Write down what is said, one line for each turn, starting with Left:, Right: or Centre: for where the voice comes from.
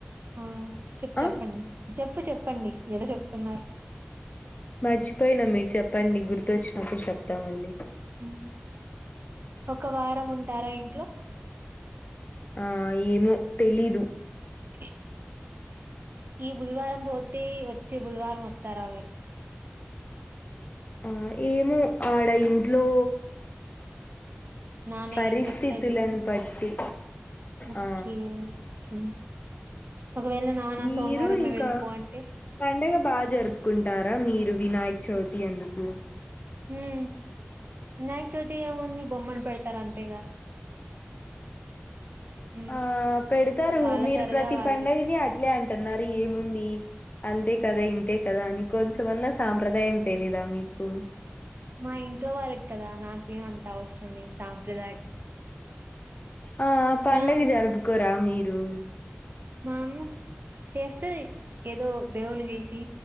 Right: ఆ చెప్పు
Left: ఆ
Right: చెప్పండి చెప్పు చెప్పండి. ఏదో చెప్తున్నారు.
Left: మర్చిపోయినా మీరు చెప్పండి గుర్తువచ్చినప్పుడు చెప్తా మళ్ళీ.
Right: హ్మ్ ఒక వారం ఉంటారా ఇంట్లో?
Left: ఆ ఏమో తెలీదు.
Right: <inaudible> ఈ బుధవారం పోతే వచ్చే బుధవారం వస్తారా మీరు?
Left: ఆ ఏమో ఆడ ఇంట్లో.
Right: నాన్న
Left: పరిస్థితులను
Right: ఏం చెప్తే అది
Left: బట్టి.
Right: ఓకే,
Left: ఆ
Right: ఓకే ఒకవేళ నాన్న
Left: మీరు,
Right: సోమవారమే
Left: ఇంకా,
Right: వెళ్ళిపో అంటే
Left: పండగ బాగా జరుపుకుంటారు. ఆ మీరు వినాయక్ చవితి ఎందుకు?
Right: హుమ్ వినాయక చవితి ఏముంది బొమ్మను పెడతారు అంతేగా? హ్మ్
Left: ఆ పెడతారు
Right: వాళ్ళ
Left: మీరు
Right: సరదా
Left: ప్రతి
Right: వాళ్ళది
Left: పండుగను అట్లే అంటున్నారు ఏముంది? అంతే కదా ఇంతే కదా అని కొంచమన్నా సాంప్రదాయం తెలీదా మీకు?
Right: మా ఇంట్లో వాళ్ళకి కదా నాకేం అంత అవసరం లేదు సాంప్రదాయం.
Left: ఆ పండుగ
Right: మనం
Left: జరుపుకోరా మీరు?
Right: వామో చేస్తాది. ఏదో దేవున్ని చేసి